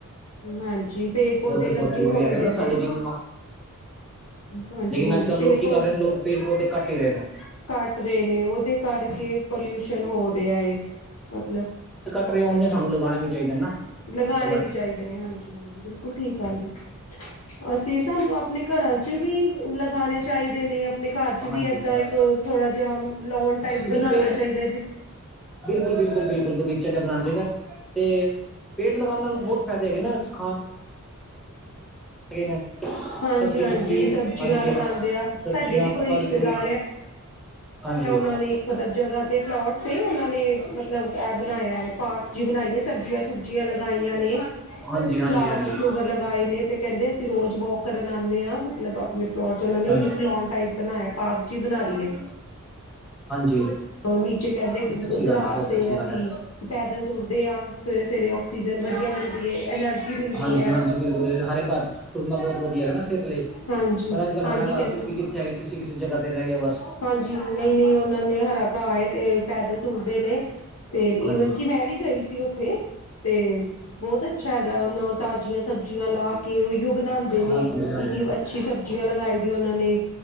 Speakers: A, on the left; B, in the centre.
A: ਹਾਂਜੀ ਪੇੜ ਪੌਦੇ ਲੱਗੇ
B: ਬਹੁਤ ਜ਼ਰੂਰੀ
A: ਹੋਣਗੇ
B: ਹੈਗੇ ਨਾ
A: ਤੇ
B: ਸਾਡੇ ਜੀਵਨ
A: ਹਾਂਜੀ-ਹਾਂਜੀ
B: ਲੇਕਿਨ ਅੱਜ ਕੱਲ੍ਹ
A: ਪੇੜ
B: ਲੋਕ ਕੀ
A: ਪੌ
B: ਕਰ ਰਹੇ ਨੇ, ਲੋਕ ਪੇੜ ਪੌਦੇ ਕੱਟ ਹੀ ਰਏ ਨ।
A: ਘੱਟ ਰਏ ਨੇ, ਓਦੇ ਕਰਕੇ ਪੋਲਿਊਸ਼ਨ ਹੋ ਰਿਆ ਏ, ਮਤਲਬ
B: ਪਰ ਫੇਰ ਉਨੇ, ਸਾਨੂੰ ਲਗਾਉਣੇ ਵੀ ਚਾਹੀਦੇ ਨਾ।
A: ਲਗਾਉਣੇ
B: ਘੱਟੋ ਘੱਟ
A: ਵੀ ਚਾਹੀਦੇ ਨੇ। ਹਾਂਜੀ, ਹਾਂਜੀ, ਬਿਲਕੁਲ ਠੀਕ ਗੱਲ ਹੈ। ਅਸੀਂ ਸਬ ਆਪਣੇ ਘਰਾਂ ਚ ਵੀ ਲਗਾਉਣੇ ਚਾਹੀਦੇ ਨੇ ਆਪਣੇ ਘਰ ਚ
B: ਹਾਂਜੀ
A: ਵੀ ਇੱਦਾਂ
B: ਹਾਂਜੀ
A: ਇੱਕ ਥੋੜਾ ਜਿਹਾ ਲੋਨ ਟਾਈਪ
B: ਨਹੀਂ
A: ਬਣਾਉਣਾ
B: ਪੇੜ
A: ਚਾਹੀਦਾ ਹੈ ਜੀ।
B: ਬਿਲਕੁਲ ਬਿਲਕੁਲ ਬਿਲਕੁਲ ਬਗੀਚਾ ਜਿਹਾ ਬਣਾਉਣਾ ਚਾਹੀਦਾ ਤੇ ਪੇੜ, ਲਗਾਣ ਨਾਲ, ਬਹੁਤ ਫਾਇਦੇ ਹੈਗੇ ਨਾ ਉਸ 'ਚ ਨੇ
A: ਹਾਂਜੀ-
B: ਸਬਜ਼ੀ
A: ਹਾਂਜੀ,
B: ਸੁਬਜੀ
A: ਸਬਜ਼ੀਆਂ
B: ਹਾਂਜੀ
A: ਲਗਾਂਦੇ ਆ।
B: ਸਬਜ਼ੀਆਂ
A: ਸਾਡੇ ਵੀ, ਕੋਈ
B: ਫਲ
A: ਰਿਸ਼ਤੇਦਾਰ
B: ਫਰੂਟ
A: ਐ
B: ਹਾਂਜੀ
A: ਉਨਾਂ ਨੇ, ਮਤਲਬ ਜਗ੍ਹਾ ਤੇ ਪਲੋਟ ਤੇ ਉਨਾਂ ਨੇ, ਮਤਲਬ ਐ ਬਣਾਇਆ ਏ ਪਾਰਕ ਜੀ ਬਣਾਈ ਏ ਸਬਜ਼ੀਆਂ- ਸੁਬਜ਼ੀਆਂ ਲਗਾਈਆਂ ਨੇ,
B: ਹਾਂਜੀ ਹਾਂਜੀ
A: ਫਲਾਵਰ
B: ਹਾਂਜੀ
A: -ਫਲੂਵਰ ਲਗਾਏ ਨੇ ਤੇ ਕੈਂਦੇ ਅਸੀਂ ਰੋਜ਼ ਵੋਕ ਕਰਨ ਆਂਨੇ ਆਂ ਮਤਲਬ ਆਪਣੇ ਪਲੋਟ ਚ ਉਹਨਾ ਨੇ
B: ਹਾਂਜੀ
A: <unintelligible> ਬਣਾਇਆ ਪਾਰਕ ਚ ਈ ਬਣਾ ਲਈਏ।
B: ਹਾਂਜੀ
A: ਨੀਚੇ, ਕੈੰਦੇ
B: ਨਹੀਂ ਅੱਛੀ ਗੱਲ
A: ਗਰਾਸ
B: ਹੈ ਬਹੁਤ
A: ਤੇ
B: ਅੱਛੀ
A: ਅਸੀਂ
B: ਗੱਲ ਹੈ
A: ਪੈਦਲ ਤੁਰਦੇ ਹਾਂ ਸਵੇਰੇ-ਸਵੇਰੇ ਆਕਸੀਜਨ ਵਧੀਆ ਮਿਲਦੀ ਹੈ ਐਨਰਜੀ ਮਿਲਦੀ
B: ਹਾਂਜੀ,
A: ਹੈ
B: ਹਾਂਜੀ ਬਿਲਕੁਲ ਜ ਹਰੇ ਘਾਹ ਤੇ ਤੁਰਨਾ ਬਹੁਤ ਵਧੀਆ ਹੈਗਾ ਨਾ ਸਿਹਤ ਲਈ।
A: ਹਾਂਜੀ
B: ਪਰ ਅੱਜ ਕੱਲ੍ਹ
A: ਹਾਂਜੀ
B: ਹਰਾ ਘਾ
A: ਕਹਿੰ
B: ਵੀ ਚ ਕਿਸੀ ਕਿਸੀ ਜਗਾ ਤੇ ਰਹਿ ਗਿਆ ਬਸ।
A: ਹਾਂਜੀ ਨਹੀਂ ਨਹੀਂ ਉਹਨਾਂ ਨੇ ਹਰਾ ਘਾਹ ਏ ਤੇ ਪੈਦਲ ਤੁਰਦੇ ਨੇ ਤੇ ਈਵਨ
B: ਹਾਂਜੀ
A: ਕਿ ਮੈਂ ਵੀ ਗਈ ਸੀ ਉੱਥੇ। ਤੇ ਬਹੁਤ ਅੱਛਾ ਹੈਗਾ ਉਹਨ ਤਾਜ਼ੀਆਂ ਸਬਜ਼ੀਆਂ ਲਾ ਕੇ ਕਿ ਉਹ ਬਣਾਦੇ ਨੇ
B: ਹਾਂਜੀ ਹਾਂਜੀ
A: ਇੰਨੀ ਅੱਛੀ ਸਬਜ਼ੀਆਂ ਲਗਾਈ ਦੀਆਂ ਉਹਨਾਂ ਨੇ।